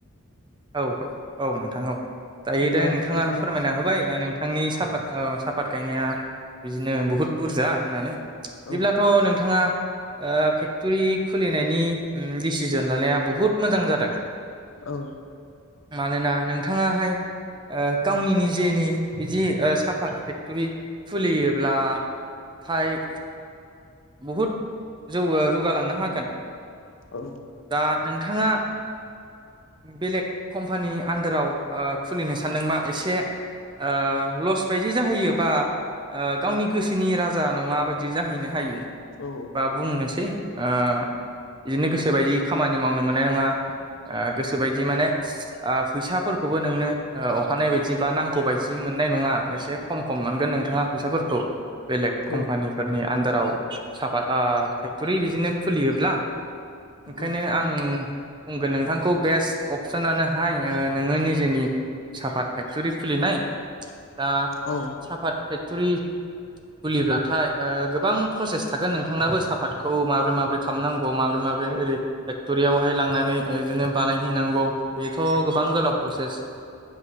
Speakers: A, on the right; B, on the left.
A: औ औ औ नोंथां औ दायो
B: दा
A: दे नोंथाङा
B: बिथाङा
A: फोरमायना होबाय ओ नो नोंथांनि साफात ओ साफात गायनाया बिदिनो बुहुत बुरजा होननानै। बिदिब्लाथ'
B: औ
A: नोंथाङा ओ फेक्टरि खुलिनायनि डिसिजन लानाया बहुद मोजां जादों ।
B: औ।
A: मानोना नोंथाङाहाय ओ गावनि निजेनि बिदि ओ साफात फेक्टरि खुलियोब्ला। थाय बहुद जौ जौगालांनो हागोन।
B: औ।
A: दा नोंथाङा। बेलेग कम्पानि आन्दाराव ओ खुलिनो सानदोंबा एसे ओ लस बायदि जाहैयो बा ओ गावनि गोसोनि राजा नङा बायदि जाहैनो हायो
B: औ
A: बा बुंनोसै ओ बिदिनो गोसोबायदि खामानि मावनो मोननाय नङा । ओ गोसोबायदि माने फैसाफोरखौबो नोंनो अहानाय बायदि बा नांगौ बदि मोन मोननाय नङा एसे खम खम मोनगोन नोंथाङा फैसाफोरखौ। बेलेग
B: औ
A: कम्पानिफोरनि आन्दाराव साफा ओ फेक्टरि बिदिनो खुलियोब्ला ओंखायनो
B: औ
A: आं बुंगोन नोंथांखौ बेस्ट अपसनानोहाय ओ नोङो निजेनि सापात फेक्टरि खुलिनाय दा
B: औ
A: सापात फेक्टरि खुलिब्लाथाय ओ गोबां प्रसेस थागोन नोंथांनाबो साफातखौ माबोरै माबोरै खालामनांगौ माबोरै माबोरै ओरै फेक्ट'रियावहाय लांनानै ओ बिदिनो बानायहैनांगौ बे थ' गोबां गोलाव
B: उम
A: प्रसेस